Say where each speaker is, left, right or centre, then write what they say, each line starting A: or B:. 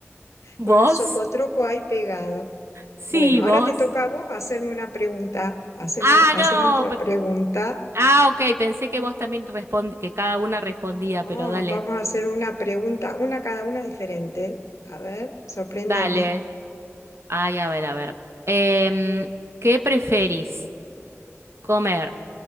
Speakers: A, on the right; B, on the left.
A: ¿Vos?
B: con el socotroco ahí pegado.
A: Sí,
B: Bueno,
A: vos.
B: ahora te toca a vos hacerme una pregunta. Haceme,
A: Ah,
B: haceme
A: no.
B: otra pregunta.
A: Ah, ok, pensé que vos también respondí, que cada una respondía,
B: No,
A: pero dale,
B: vamos a hacer una pregunta, una cada una diferente. A ver, sorpréndeme.
A: dale. Ay, a ver, a ver. Em, ¿qué preferís? ¿Comer